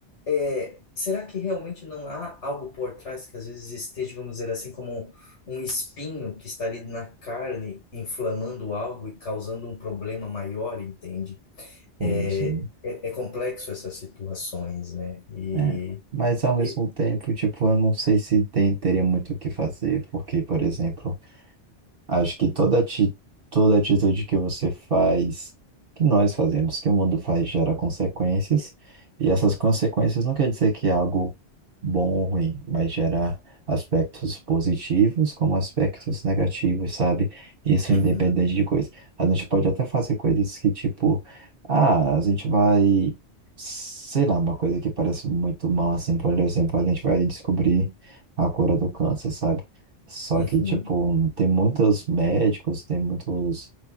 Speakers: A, on the left; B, on the right.
A: é, será que realmente não há algo por trás que às vezes esteja, vamos dizer assim, como um espinho que está ali na carne, inflamando algo e causando um problema maior, entende?
B: Sim,
A: É,
B: sim.
A: é, é complexo essas situações, né? E,
B: É, mas ao mesmo
A: e-
B: tempo, tipo, eu não sei se tem, teria muito o que fazer, porque, por exemplo, Acho que toda, ati toda atitude que você faz, que nós fazemos, que o mundo faz, gera consequências. E essas consequências não quer dizer que é algo bom ou ruim, mas gera aspectos positivos como aspectos negativos, sabe? Isso
A: Uhum,
B: é independente de coisa. A gente pode até fazer coisas que, tipo, ah, a gente vai, sei lá, uma coisa que parece muito mal, assim, por exemplo, a gente vai descobrir a cura do câncer, sabe? Só
A: uhum,
B: que, tipo, tem muitos médicos, tem muitos,